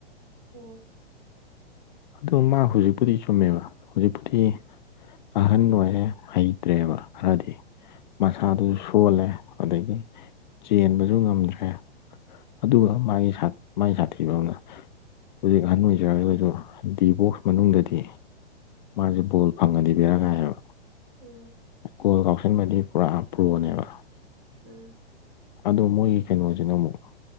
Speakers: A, on the right; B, on the left.
A: ꯑꯣ
B: ꯑꯗꯨ ꯃꯥ ꯍꯧꯖꯤꯛꯄꯨꯗꯤ ꯆꯨꯝꯃꯦꯕ ꯍꯧꯖꯤꯛꯄꯨꯗꯤ ꯑꯍꯟ ꯑꯣꯏꯔꯦ ꯍꯩꯇ꯭ꯔꯦꯕ ꯈꯔꯗꯤ꯫ ꯃꯁꯥꯗꯨꯁꯨ ꯁꯣꯜꯂꯦ ꯑꯗꯒꯤ ꯆꯦꯟꯕꯖꯨ ꯉꯝꯗ꯭ꯔꯦ꯫ ꯑꯗꯨꯒ ꯃꯥꯢ ꯁꯥꯠ ꯃꯥꯒꯤ ꯁꯥꯊꯤꯕ ꯑꯃꯅ ꯍꯧꯖꯤꯛ ꯑꯍꯟ ꯑꯣꯏꯖꯔꯒꯖꯨ ꯗꯤ ꯕꯣꯛꯁ ꯃꯅꯨꯡꯗꯗꯤ ꯃꯥꯖꯦ ꯕꯣꯜ ꯐꯪꯉꯗꯤ ꯕꯦꯔꯥ ꯀꯥꯏꯑꯕ꯫
A: ꯎꯝ꯫
B: ꯀꯣꯜ ꯀꯥꯎꯁꯟꯕꯗꯤ ꯄꯨꯔꯥ ꯄ꯭ꯔꯣꯅꯦꯕ꯫
A: ꯎꯝ꯫
B: ꯑꯗꯣ ꯃꯣꯏꯒꯤ ꯀꯩꯅꯣꯖꯤꯅ ꯃꯨꯛ